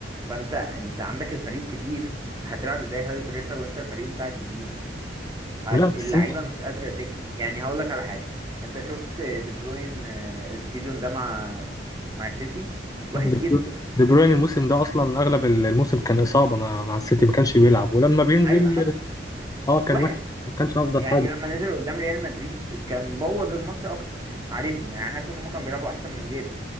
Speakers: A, on the right; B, on the left.
A: فانت انت عندك الفريق كبير هتلعب ازاي هاي بريشر وانت الفريق بتاعك كبير هت...
B: لا
A: اللعيبه
B: بس انت
A: مش قادره تجري يعني هقول لك على حاجه انت شفت دي بروين آه، السيزون ده مع مع السيتي وحش جدا
B: دي برو- دي بروين الموسم ده اصلا اغلب الموسم كان اصابه مع مع السيتي ما كانش بيلعب ولما بينزل
A: ايوه حتى
B: اه كان
A: وحش
B: وحش ما كانش افضل
A: يعني
B: حاجه
A: لما نزل قدام ريال مدريد كان بوظ الماتش اكتر عليهم يعني حاسس ان هم كانوا بيلعبوا احسن من غيره